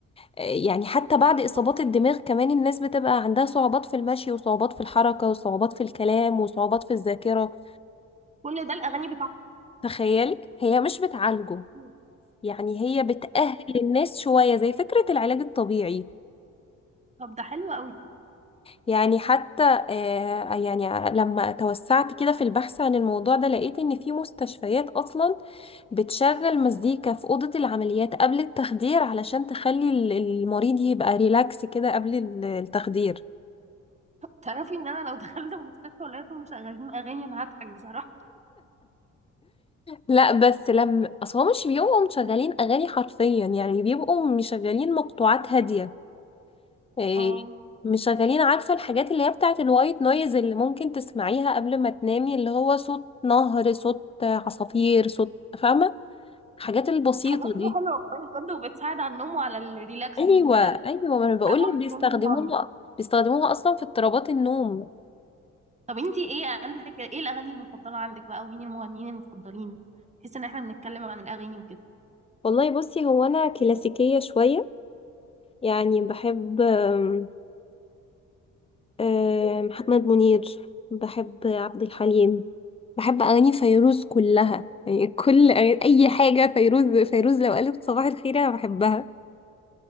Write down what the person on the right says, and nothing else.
كل ده الأغاني
بتعالجه
طب ده حلو قوي ده.
تعرفي ان انا لو <laughs> دخلت المستشفى ولقيتهم مشغلين اغاني انا هضحك بصراحه
اه
حاجات
دي حلوه والله بجد وبتساعد على النوم وعلى الريلاكسنج
كده
بتحس
بعدها
بتنامي
نوم عميق
طب انتي ايه عندك ايه الاغاني المفضله عندك بقى ومين المغنيين المفضلين بحيث ان احنا بنتكلم عن الاغاني وكده